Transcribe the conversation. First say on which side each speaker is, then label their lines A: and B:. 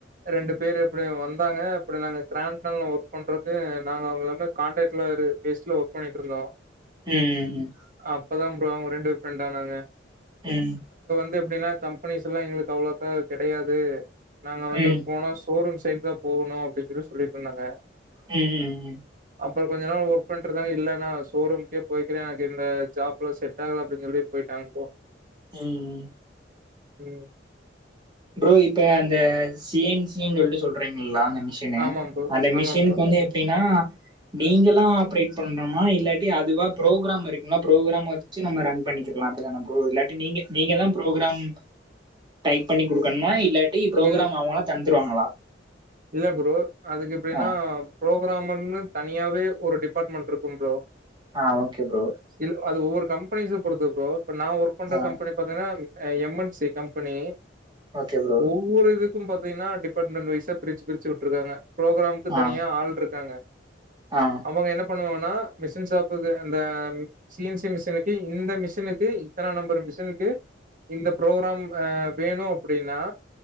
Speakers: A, on the right; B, on the right.
A: ரெண்டு பேரு அப்படி வந்தாங்க இப்படி நாங்க சாம்சங் ஒர்க் பண்றது நாங்க அவுங்கள வந்து காண்ட்ராக்ட்ல பேஸ்டுல ஒர்க் பண்ணிட்டு இருந்தோம்
B: ம்
A: அப்பதான் ப்ரோ ரெண்டு ஃப்ரெண்ட் ஆனாங்க.
B: உம்
A: அப்ப எப்படின்னா கம்பெனிஸ்லா எங்களுக்கு அவ்ளோக்கா கிடையாது நாங்க வந்து
B: ம்
A: போனஸ் போரூர் சைட் தான் போணும் அப்படி ஈஇப்படின்னு சொல்லிட்டு இருந்தாங்க
B: ம் ம்
A: அப்புறம் கொஞ்ச நாள் ஒர்க் பண் விட்ருங்க இல்ல நா ஷோரூம்கே போய்கிறேன் எனக்கு இந்த ஜாப்ல செட் ஆகல அப்படின்னு சொல்லிட்டு போயிட்டாங்க ப்ரோ
B: உம்
A: உம்
B: ப்ரோ இப்ப அந்த சீன்சீனு சொல்லிட்டு சொல்றீங்கள லாங்க மெஷின்னு
A: ஆமாம் ப்ரோ.
B: அந்த
A: ஆமாம்
B: மெஷின்க்கு
A: ப்ரோ.
B: வந்து எப்படின்னா நீங்களா ஆப்ரேட் பண்ணுமா இல்லாட்டி அதுவா ப்ரோக்ராம் இருக்கும் ப்ரோக்ராம் வச்சு நம்ம ரன் பண்ணிக்கலாம் அப்டிதான ப்ரோ இல்லாட்டி நீங்க நீங்க தான் ப்ரோக்ராம் டைப் பண்ணி குடுக்கணுமா இல்லாட்டி ப்ரோக்ராம்
A: இல்
B: அவுங்களா தந்துருவாங்களா
A: இல்ல ப்ரோ அதுக்கு எப்படின்னா
B: ஆ
A: ப்ரோக்ராம் வந்து தனியாவே ஒரு டிபார்ட்மெண்ட் இருக்கும் ப்ரோ
B: ஆஹ் ஓகே ப்ரோ
A: இல்ல அது ஒவ்வொரு கம்பெனிஸ பொறுத்து ப்ரோ இப்ப நா ஒர்க் பண்ற
B: ஆ
A: கம்பெனி பாத்தீங்கனா எம்என்சி கம்பெனி
B: ஓகே ப்ரோ
A: ஒவ்வொரு இதுக்கும் பாத்தீங்கன்னா டிபார்ட்மெண்ட் வயசா பிரிச்சு பிரிச்சு விட்ருக்காங்க ப்ரோக்ராம்க்கு தனியா
B: ஆ
A: ஆள் இருக்காங்க
B: ஆ
A: அவுங்க என்ன பண்ணுவாங்கன்னா மிஷின் சாப்பு அந்த சின்சி மிஷினுக்கு இந்த மிஷினுக்கு இத்தனா நம்பர் மிஷினுக்கு இந்த ப்ரோக்ராம் அஹ் வேணும் அப்படின்னா